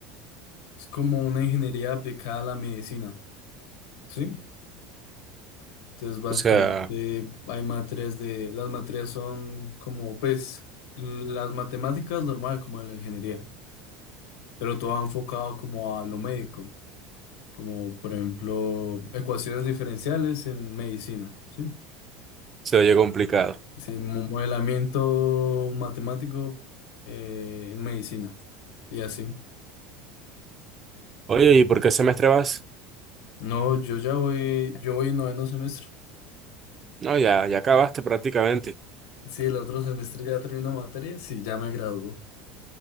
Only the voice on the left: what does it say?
Es como una ingeniería aplicada a la medicina. ¿Sí? Entonces, básicamente
hay materias de, las materias son como, pues, las matemáticas normal, como de la ingeniería, pero todo enfocado como a lo médico, como por ejemplo ecuaciones diferenciales en medicina, ¿sí?
Sí, mo- modelamiento matemático eh, en medicina y así.
No, yo ya voy, yo voy en noveno semestre.
Sí, el otro semestre ya termino materias y ya me gradúo.